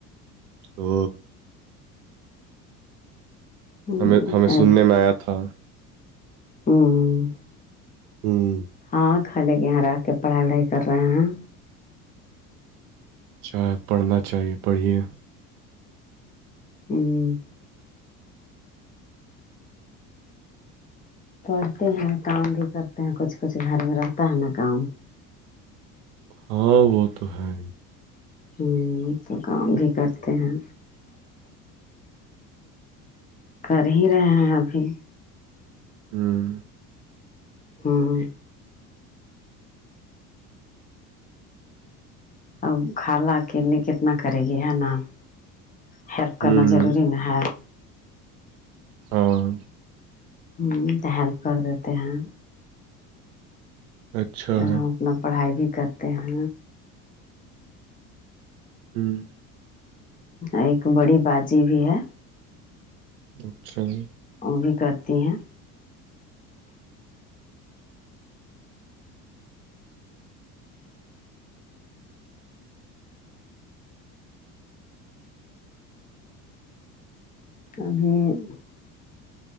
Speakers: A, on the right; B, on the left.
A: ہو
B: ہوں،
A: ہمیں ہمیں سننے
B: اب
A: میں آیا تھا
B: ہوں
A: ہاں
B: ہاں کھالے کے یہاں ر کے پڑھائی وڑھائی کر رہے ہیں
A: اچ چاہ پڑھنا چاہیے پڑھیے
B: ہوں پڑھتے ہیں کام بھی کرتے ہیں کچھ کچھ گھر میں رہتا ہے نا کام
A: ہاں وہ تو ہے
B: ہ تو کام بھی کرتے ہیں کر ہی رہے ہیں ابھی
A: ہاں
B: ہاں اب کالا ا کے لیے کتنا کرے گی ہے نا ہیلپ کرنا
A: ہوں
B: ضروری نا ہے
A: ہاں
B: ہ تو ہیلپ کر دیتے ہیں
A: اچھا
B: اور
A: ہے
B: ہم اپنا پڑھائی بھی کرتے ہیں
A: ہوں
B: ایک بڑی باجی بھی ہے
A: ہاں
B: ان کرتی ہیں وہ